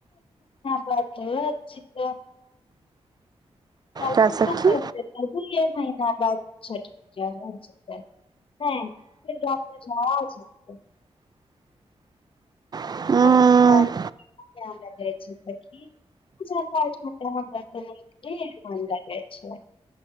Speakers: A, on the left; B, on the right.
A: बात छी तऽ <unintelligible> <unintelligible>
B: का सखी
A: आ दुये महिना बाद छठ पूजा हो जेतै हा फेर रात मे <unintelligible> <unintelligible>
B: उम्म,
A: देखही पूजा पाठ मे त हमरा सबके ढेर मोन लगैय छय